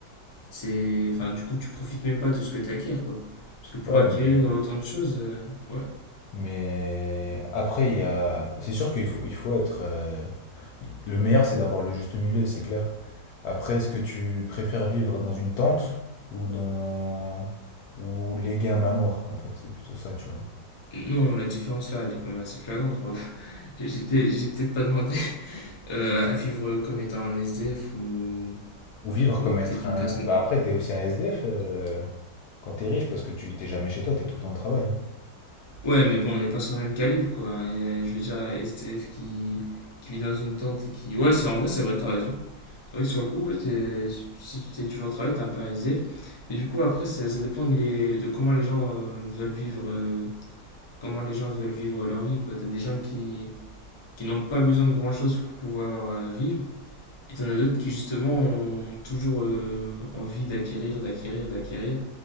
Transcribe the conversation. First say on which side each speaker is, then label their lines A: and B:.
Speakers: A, on the left; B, on the left.
A: c'est, enfin, du coup, tu profites même pas de ce que tu acquiers, quoi. Parce que pour
B: Ouais,
A: acquérir
B: mais
A: autant de choses, euh, ouais.
B: Mais après, il y a... c'est sûr qu'il faut, il faut être... euh, Le meilleur, c'est d'avoir le juste milieu, c'est clair. Après, est-ce que tu préfères vivre dans une tente ou dans... ou léguer un manoir, en fait, c'est plutôt ça, tu vois.
A: Non, la différence là, elle est quand même assez flagrante. moi. <laughs> J'étais, j'ai peut-être pas demandé euh, à vivre comme étant un SDF ou,
B: Ou vivre
A: ou
B: comme
A: peut-être
B: être
A: une
B: un...
A: personne.
B: Bah après, t'es aussi un SDF euh, quand t'es riche parce que tu t'es jamais chez toi, t'es tout le temps au travail.
A: Ouais, mais bon, on n'est pas sur le même calibre, quoi. Et, euh, je veux dire, SDF qui, qui vit dans une tente et qui. Ouais, c'est en vrai, c'est vrai, t'as raison. C'est vrai que sur le coup, ouais, t'es- si tu t'es toujours au travail, t'es un peu un SDF. Mais du coup, après, ça, ça dépend de, les- de comment les gens euh, veulent vivre euh, comment les gens veulent vivre leur vie, quoi. T'as des gens qui, qui n'ont pas besoin de grand-chose pour pouvoir euh, vivre, et t'en as d'autres qui, justement, ont toujours euh, envie d'acquérir, d'acquérir, d'acquérir.